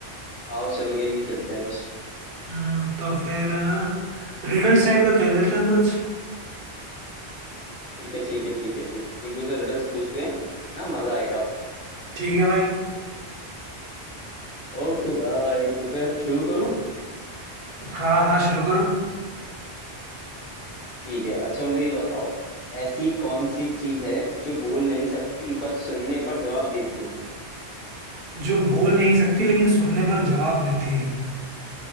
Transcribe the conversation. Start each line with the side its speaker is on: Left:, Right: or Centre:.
Left: आओ चलो गेम ही खेलते हैं कुछ
Right: हम्म, तो फिर रिडल्स टाइप का खेल लेते हैं कुछ
Left: ठीक है ठीक है ठीक है ठीक है एक दूसरे रिडल्स पूछते हैं ना मजा आएगा
Right: ठीक है भाई
Left: ओके भाई तो फिर शुरू करूँ
Right: हाँ हाँ शुरू करो
Left: ठीक है अच्छा मुझे ये बताओ ऐसी कौन सी चीज है जो बोल नहीं सकती पर सुनने पर जवाब देती है
Right: जो बोल नहीं सकती लेकिन सुनने पर जवाब देती है